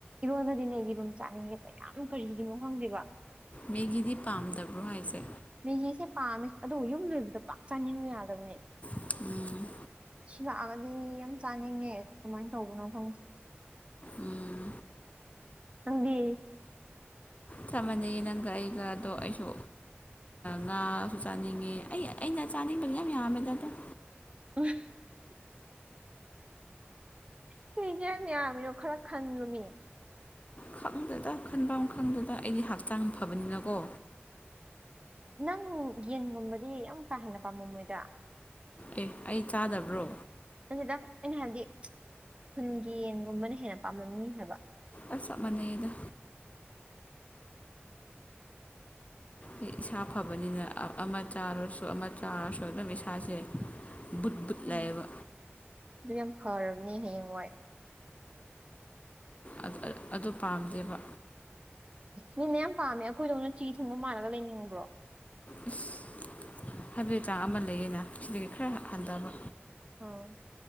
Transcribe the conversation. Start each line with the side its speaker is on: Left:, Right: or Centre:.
Right: ꯏꯔꯣꯟꯗꯗꯤꯅꯦ ꯌꯦꯔꯨꯝ ꯆꯥꯅꯤꯡ ꯌꯦꯛꯄ ꯌꯥꯝ ꯀꯔꯤꯒꯤꯅꯣ ꯈꯪꯗ꯭ꯦꯕ
Left: ꯃꯤꯒꯤꯗꯤ ꯄꯥꯝꯗꯕ꯭ꯔꯣ ꯍꯥꯏꯁꯦ
Right: ꯃꯦꯒꯤꯁꯦ ꯄꯥꯝꯃꯦ ꯑꯗꯨꯕꯨ ꯌꯨꯝ ꯂꯩꯕꯗꯣ ꯄꯥꯛ ꯆꯥꯅꯤꯡꯕ ꯌꯥꯗꯕꯅꯦ
Left: ꯎꯝ
Right: ꯁꯤ ꯂꯥꯛꯑꯒꯗꯤ ꯌꯥꯝ ꯆꯥꯅꯤꯡꯉꯦ ꯀꯃꯥꯏꯅ ꯇꯧꯕꯅꯣ ꯈꯪꯗꯦ
Left: ꯎꯝ
Right: ꯅꯪꯗꯤ
Left: ꯆꯞ ꯃꯥꯟꯅꯩꯌꯦ ꯅꯪꯒ ꯑꯩꯒꯗꯣ ꯑꯩꯁꯨ ꯉꯥꯁꯨ ꯆꯥꯅꯤꯡꯉꯦ ꯑꯩ ꯑꯩꯅ ꯆꯥꯥꯟꯅꯤꯡꯕ ꯃꯌꯥꯝ ꯌꯥꯝꯃꯦꯗꯗꫭ
Right: <unintelligible> ꯀꯔꯤꯒꯤꯔ ꯌꯥꯝ ꯌꯥꯝꯃꯤꯔꯣ ꯈꯔ ꯈꯟꯂꯨꯃꯤ
Left: ꯈꯪꯗꯦꯗ ꯈꯟꯐꯝ ꯈꯪꯗꯦꯗ ꯑꯩꯗꯤ ꯍꯛꯆꯥꯡ ꯐꯕꯅꯤꯅꯀꯣ
Right: ꯅꯪ ꯌꯦꯟꯒꯨꯝꯕꯗꯤ ꯌꯥꯝ ꯀꯥ ꯍꯦꯟꯅ ꯄꯥꯝꯃꯝ ꯃꯣꯏꯗ
Left: ꯑꯦ ꯑꯩ ꯆꯥꯗꯕ꯭ꯔꯣ
Right: ꯅꯠꯇꯦꯗ ꯑꯩꯅ ꯍꯥꯏꯕꯗꯤ ꯈꯨꯟꯒꯤ ꯌꯦꯟꯒꯨꯝꯕꯅ ꯍꯦꯟꯅ ꯄꯥꯝꯂꯝꯅꯤ ꯍꯥꯏꯕ
Left: ꯑꯁ ꯆꯞ ꯃꯥꯟꯅꯩꯗ ꯑꯩ ꯏꯁꯥ ꯐꯕꯅꯤꯅ ꯑꯃ ꯆꯥꯔꯨꯔꯁꯨ ꯑꯃ ꯆꯥꯔꯁꯨ ꯑꯗꯨꯝ ꯏꯁꯥꯁꯦ ꯕꯨꯠꯕꯨꯠ
Right: ꯎꯝ
Left: ꯂꯩꯕ
Right: ꯑꯗꯨ ꯌꯥꯝ ꯐꯔꯕꯅꯦ ꯍꯌꯦꯡ ꯋꯥꯏ
Left: ꯑ ꯑꯩ ꯑꯗꯨ ꯄꯥꯝꯗꯦꯕ
Right: ꯃꯤꯅ ꯌꯥꯝ ꯄꯥꯝꯃꯦ ꯑꯩꯈꯣꯏꯗꯧꯅ ꯆꯤ ꯊꯨꯡꯕ ꯃꯥꯜꯂꯒ ꯂꯩꯅꯤꯡꯕ꯭ꯔꯣ
Left: ꯑꯁ ꯍꯥꯏꯕꯗꯤ ꯆꯥꯡ ꯑꯃ ꯂꯩꯌꯦꯅ ꯁꯤꯗꯒꯤ ꯈꯔ ꯍꯟꯊꯕ
Right: <inaudible>